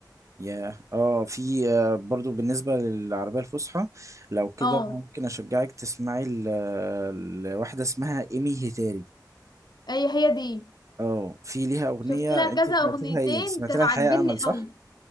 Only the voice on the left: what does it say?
اه
هي هي دي
شفت لها
كذا
أغنيتين
كانوا
عاجبني
قوي